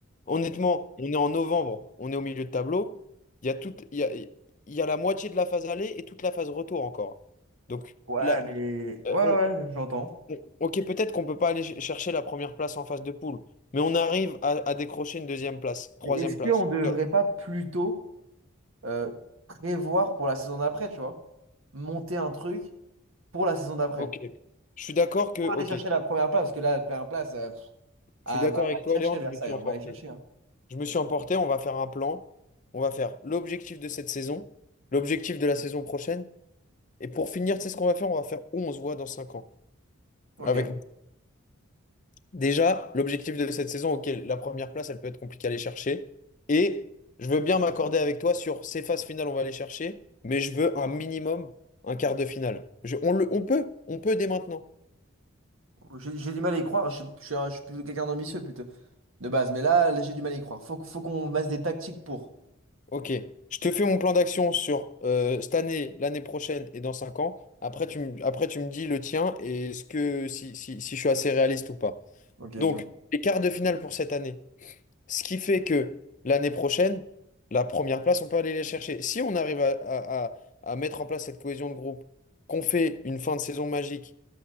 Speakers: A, on the left; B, on the right.
A: Honnêtement, on est en novembre, on est au milieu de tableau. Il y a toute, il y a, il y a la moitié de la phase aller et toute la phase retour encore. Donc
B: Ouais,
A: là,
B: mais... Ouais,
A: euh, on-
B: ouais, j'entends.
A: on- ok, peut-être qu'on peut pas aller ch- chercher la première place en phase de poule, mais on arrive à, à décrocher une deuxième place, troisième
B: Mais est-ce
A: place.
B: qu'on ne devrait
A: Euh,
B: pas plutôt euh, prévoir pour la saison d'après, tu vois? Monter un truc pour la saison d'après.
A: Ok, je suis d'accord que,
B: Pour
A: ok,
B: aller chercher
A: je
B: la première place, parce que là, la première place... euh, pff, Ah,
A: suis d'accord
B: va,
A: avec
B: va les
A: toi,
B: chercher,
A: Léandre,
B: Versailles,
A: je me suis emporté.
B: on va les chercher. hein.
A: Je me suis emporté. On va faire un plan. On va faire l'objectif de cette saison, l'objectif de la saison prochaine. Et pour finir, tu sais ce qu'on va faire? On va faire où on se voit dans 5 ans.
B: Ok.
A: Avec déjà l'objectif de cette saison, ok, la première place, elle peut être compliquée à aller chercher. Et je veux bien m'accorder avec toi sur ces phases finales, on va aller chercher, mais je veux un minimum, un quart de finale. Je- on le, on peut, on peut dès maintenant.
B: J'ai j'ai du mal à y croire. Je, suis je suis un- je suis plutôt quelqu'un d'ambitieux, plutôt. De base. Mais là, là, j'ai du mal à y croire. Faut, qu- faut qu'on base des tactiques pour.
A: Ok, je te fais mon plan d'action sur euh, cette année, l'année prochaine et dans 5 ans. Après, tu me, après, tu me dis le tien et ce que si, si, si je suis assez réaliste ou pas.
B: Ok, dis-moi.
A: Donc, les quarts de finale pour cette année. Ce qui fait que l'année prochaine, la première place, on peut aller les chercher. Si on arrive à, à- à- à mettre en place cette cohésion de groupe, qu'on fait une fin de saison magique,